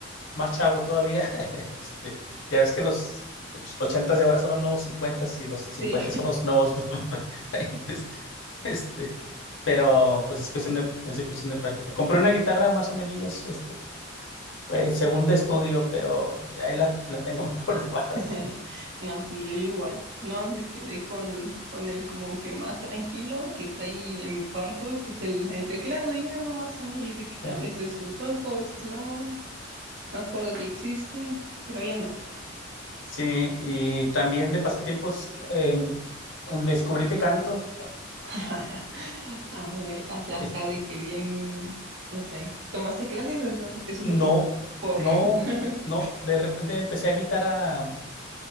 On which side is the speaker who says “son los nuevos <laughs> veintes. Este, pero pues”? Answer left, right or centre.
Left